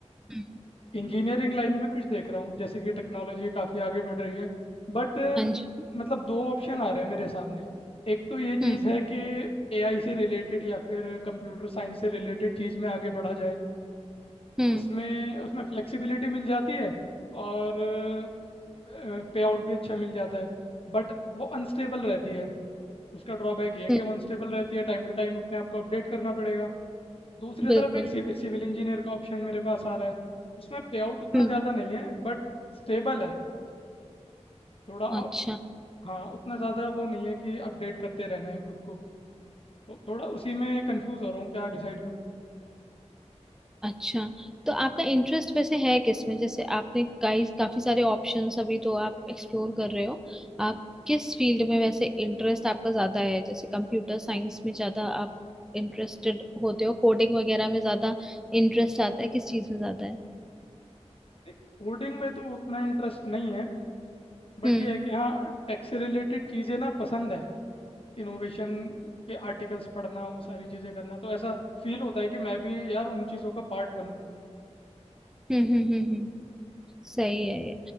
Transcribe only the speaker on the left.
इंजीनियरिंग लाइन में कुछ देख रहा हूँ जैसे कि टेक्नोलॉजी काफ़ी आगे बढ़ रही है बट
मतलब दो ऑप्शन आ रहे हैं मेरे सामने एक तो ये
चीज़ है कि एआई से रिलेटेड या फिर कंप्यूटर साइंस से रिलेटेड चीज़ में आगे बढ़ा जाए
उसमें उसमें फ्लेक्सिबिलिटी मिल जाती है और पे आउट भी अच्छा मिल जाता है बट वो अनस्टेबल रहती है उसका ड्रॉबैक ये है
कि वो अनस्टेबल रहती है टाइम टू टाइम अपने आप को अपडेट करना पड़ेगा दूसरी तरफ
एक सिविल सिविल इंजीनियर का ऑप्शन मेरे पास आ रहा है उसमें पे आउट उतना
ज़्यादा नहीं है बट स्टेबल है थोड़ा अ-
हाँ उतना ज़्यादा वो नहीं है कि अपडेट करते रहना है खुद को तो थोड़ा उसी में कंफ्यूज हो रहा हूँ क्या डिसाइड करूँ
कोडिंग में तो उतना इंटरेस्ट नहीं है बट
ये है कि हाँ टेक से रिलेटेड चीज़ें ना पसंद है इनोवेशन के आर्टिकल्स पढ़ना वो सारी चीज़ें करना तो ऐसा फील होता है कि मैं भी यार उन चीज़ों का पार्ट बनूँ